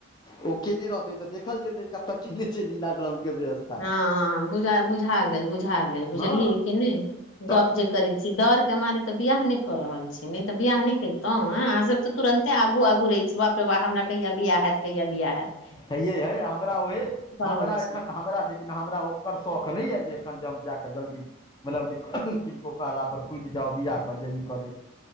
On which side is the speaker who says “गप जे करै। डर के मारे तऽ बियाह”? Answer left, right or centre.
Left